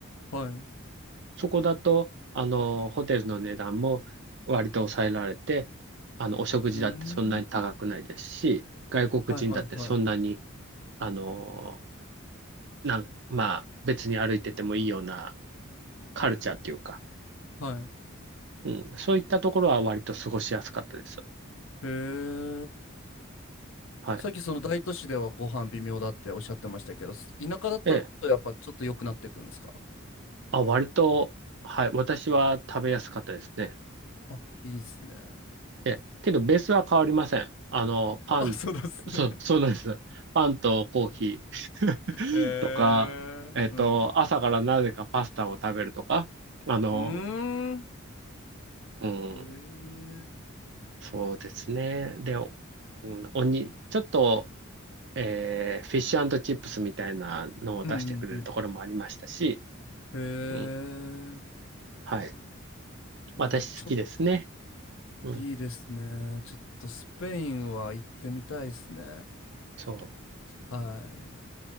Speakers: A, on the left; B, on the right.
A: はい。う
B: そこだと、あの、ホテルの値段も割と抑えられて、あの、お食事だってそんなに高くないですし、
A: ーん。
B: 外国人だってそんなに、
A: はいはいはい。
B: あの、なん、まあ、別に歩いててもいいようなカルチャーっていうか、
A: はい。
B: うん、そういったところは割と過ごしやすかったです。
A: へえ。
B: はい。
A: さっきその大都市ではご飯微妙だっておっしゃってましたけど、す田舎だとやっぱちょっと良くなってくるんですか
B: ええ。あ、割と、はい。私は食べやすかったですね。
A: あ、いいですね。
B: え、けどベースは変わりません。あの、パン、
A: あ、そうですね。
B: そう、そうなんです。パンとコーヒー <laughs>
A: へえ、
B: とか、えっと、
A: うん。
B: 朝からなぜかパスタを食べるとか、あの、
A: うーん。
B: うん、
A: へえ、
B: そうですね。で、おうん、おに、ちょっと、えーフィッシュチップスみたいなのを出してくれるところもありましたし、
A: うんうんうん。へえ、
B: うん、はい。
A: うわ、
B: 私好きですね。
A: ちょっと
B: うん、
A: いいですね。ちょっとスペインは行ってみたいですね。
B: そう。
A: はい。